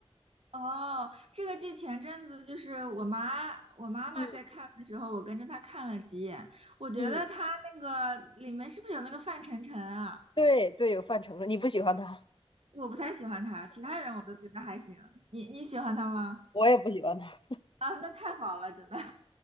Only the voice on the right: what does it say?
哦，这个剧前阵子就是我妈，我妈妈在看的时候，
我跟着她看了几眼。我觉得她那个里面是不是有那个范丞丞啊？
我不太喜欢他，其他人我都觉得还行。你你喜欢他吗？
啊，那太好了，真的。<laughs>